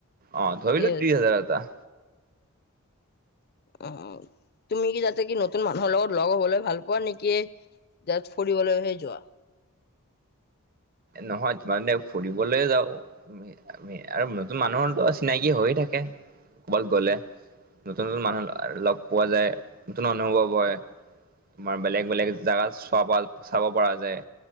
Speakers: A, on the right; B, on the left.
A: অ
B: ঠিকেই
A: ধৰি লোৱা তিছ
B: আছে
A: হাজাৰ এটা
B: অ তুমি কি যাতে কি নতুন মানুহৰ লগত লগ হবলৈ ভাল পোৱা নেকি? যষ্ট ফুৰিবলৈ হৈ যোৱা
A: নহয় মানে ফুৰিবলে যাওঁ আমি আৰু নতুন মানুহৰ ত চিনাকি হৈয়ে থাকে ক'বাত গ'লে। নতুন নতুন মানুহ লগ পোৱা যায় নতুন অনুভৱ হয় তোমাৰ বেলেগ বেলেগ জেগাত চোৱা পাল চাব পৰা যে